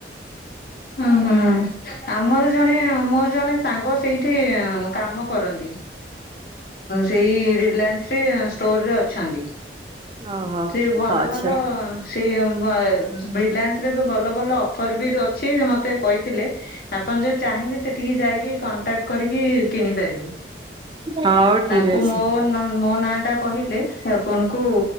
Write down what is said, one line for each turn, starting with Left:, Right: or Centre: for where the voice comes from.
Left: ହୁଁ ହୁଁ। ଆମର ଜଣେ ମୋର ଜଣେ ସାଙ୍ଗ ସେଇଠି କାମ କରନ୍ତି। ସେଇ ରିଲାନ୍ସ ରେ ଷ୍ଟୋରରେ ଅଛନ୍ତି।
Right: ଓହୋ
Left: ସେ ଭଲ
Right: ହଁ ଆଚ୍ଛା।
Left: ଭଲ ସେ ରିଲାନ୍ସ ରେ ଏବେ ଭଲ ଭଲ ଅଫର ବି ଅଛି ମତେ କହିଥିଲେ। ଆପଣ ଯଦି ଚାହିଁବେ ସେଠିକି ଯାଇକି କଣ୍ଟାକ୍ଟ କରିକି କିଣି ପାରିବେ।
Right: ହଉ ଠିକ
Left: ତାଙ୍କୁ
Right: ଅଛି
Left: ମୋ ମୋ ନାଁ ଟା କହିଲେ ସେ ଆପଣଙ୍କୁ